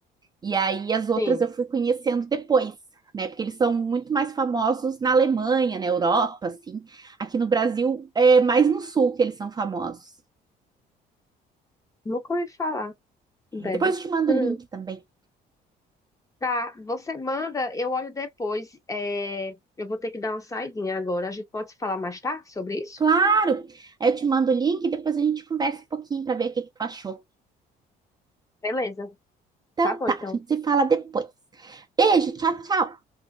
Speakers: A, on the right (about 25°); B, on the left (about 20°).
A: E aí as outras
B: sim.
A: eu fui conhecendo depois, né? Porque eles são muito mais famosos na Alemanha, na Europa, assim. Aqui no Brasil é mais no sul que eles são famosos.
B: Nunca ouvi falar,
A: É,
B: Bad.
A: Depois eu te mando
B: Hum.
A: o link também.
B: Tá, você manda, eu olho depois. É, eu vou ter que dar uma saidinha agora. A gente pode se falar mais tarde sobre isso?
A: Claro! Aí eu te mando o link e depois a gente conversa um pouquinho para ver o que que tu achou.
B: Beleza.
A: Então
B: Tá bom,
A: tá,
B: então.
A: a gente se fala depois. Beijo, tchau, tchau!